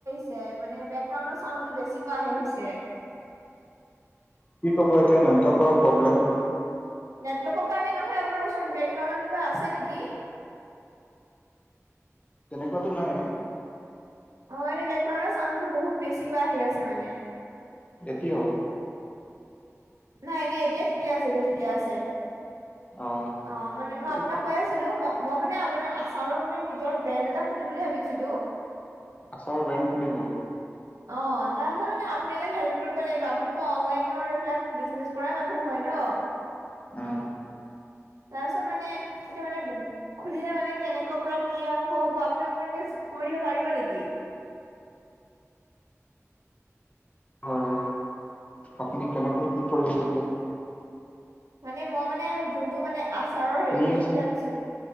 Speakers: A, on the right; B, on the left.
A: এ মানে বেকগ্ৰাউণ্ডৰ চাউণ্ডটো বেছিকৈ আহি গৈছে।
B: কি ক'ব এতিয়া নেটৱৰ্কৰ প্ৰব্লেম?
A: নেটৱৰ্কৰ কাৰণে নহয়, আপোনাৰ ওচৰত বেকগ্ৰাউণ্ডত কিবা আছে নেকি?
B: তেনেকুৱাতো নাই।
A: অঁ এনেই বেকগ্ৰাউণ্ডৰ ছাউণ্ডটো বহুত বেছিকৈ আহি আছে মানে।
B: এতিয়াও।
A: নাই নাই এতিয়া ঠিকে আছে এতিয়া ঠিকে আছে।
B: অ
A: অঁ মানে মই
B: এইটো
A: আপোনাক কৈ আছিলো, ম- মই মানে আপোনাৰ আচাৰৰ মানে নিজৰ ব্ৰেণ্ড এটা খুলিম বুলি ভাবিছিলো।
B: আচাৰৰ ব্ৰেণ্ড খুলিব?
A: অ‍ঁ তাৰপিছত এনে আপুনি অলপ হেল্প কৰিব লাগিব, আপুনিতো অনলাইনৰ এইবিলাক- বিজনেচ কৰা মানুহ হয় ন।
B: অঁ'।
A: তাৰপিছত মানে, এতিয়া মানে- খুলিলে মানে কেনেকা পৰা কি আৰম্ভ হব আপুনি অকমান এনেই কৈ দিব পাৰিব নেকি?
B: হয়, আপুনি কেনেকে কি কৰিব এতিয়া?
A: মানে মই মানে যোনটো মানে আচাৰৰ হেৰি
B: শুনি
A: খুলিম
B: আছো
A: বুলি ভাবিছিলো,